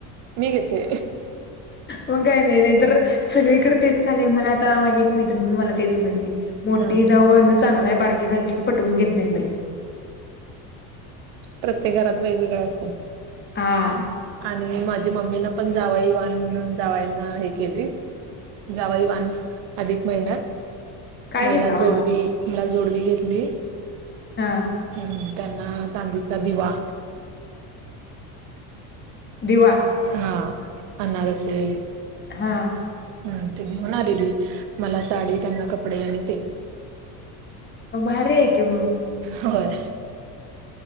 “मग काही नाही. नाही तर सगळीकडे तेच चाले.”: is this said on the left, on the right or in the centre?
Left